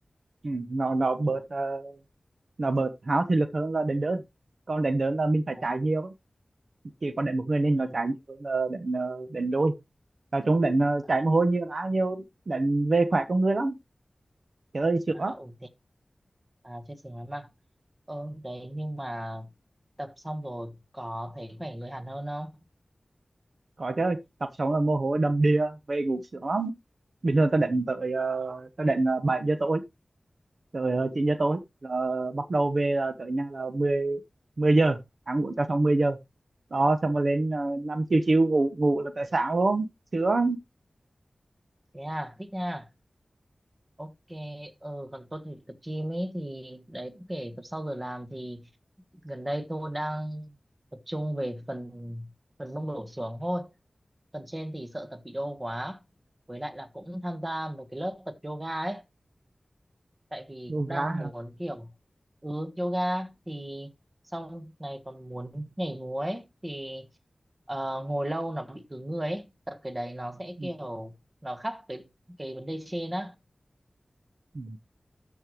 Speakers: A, on the right; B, on the right.
A: ừ, nó nó bớt
B: ừ
A: ờ, nó bớt háo thể lực hơn là đánh đơn còn đánh đơn là mình phải
B: à,
A: chạy nhiều á. chỉ có đánh một người
B: ừ
A: nên nó chạy nhiều hơn là đánh ờ, đánh đôi nói chung đánh ờ,
B: à,
A: chạy mồ hôi nhiều lá nhiều đánh về khỏe con người lắm chơi sướng
B: à,
A: lắm
B: ừ thế à, chia sẻ với mà ừ đấy nhưng mà tập xong rồi có thấy khỏe người hẳn hơn không
A: có chứ tập xong là mồ hôi đầm đìa về ngủ sướng lắm bình thường ta định tới ờ, ta định ờ, 7 giờ tối tới ờ, 9 giờ tối là bắt đầu về là tới nhà là 10 10 giờ ăn uống cho xong 10 giờ đó xong rồi lên uh, 5 chiều chiều ngủ ngủ là tới sáng luôn sướng
B: thế à thích nha ok ừ còn tôi thì tập gym ấy thì đấy cũng kể tập sau giờ làm thì gần đây tôi đang tập trung về phần phần mông đổ xuống thôi phần trên thì sợ tập bị đau quá với lại là cũng tham gia một cái lớp tập yoga ấy tại vì
A: luôn
B: cũng
A: gá
B: đang muốn
A: hả
B: kiểu ừ yoga thì xong này còn muốn nhảy múa ấy thì ờ, ngồi lâu nó bị cứng người ấy tập cái đấy nó sẽ
A: Ừ,
B: kiểu nó khắc cái cái vấn đề trên á
A: ừ.